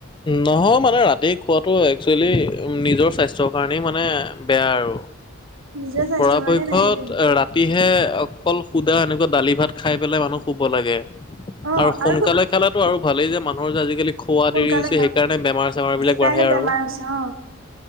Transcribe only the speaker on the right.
নিজৰ স্বাস্থ্যৰ
কাৰণে বেয়া সেইটোৱে
অ
তো
সোনকালে
খা
সেইকাৰণে
বেমাৰ
হৈছে অ